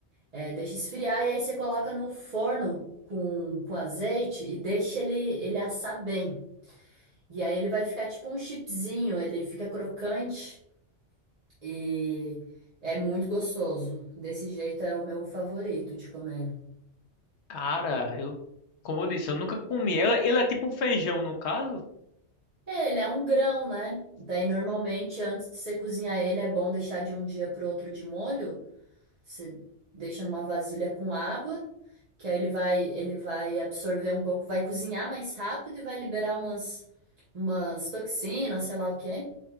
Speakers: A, on the right; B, on the left.
A: é, deixa esfriar e aí você coloca no forno com, com azeite e deixa ele, ele assar bem. E aí ele vai ficar tipo um chipzinho, ele fica crocante e é muito gostoso. Desse jeito é o meu favorito de comer.
B: Cara, eu, como eu disse, eu nunca comi. Ela, ele é tipo um feijão, no caso.
A: É, ele é um grão, né? Daí normalmente antes de você cozinhar ele é bom deixar de um dia pro outro de molho. Você deixa numa vasilha com água, que aí ele vai ele vai absorver um pouco, vai cozinhar mais rápido e vai liberar umas umas toxinas, sei lá o quê.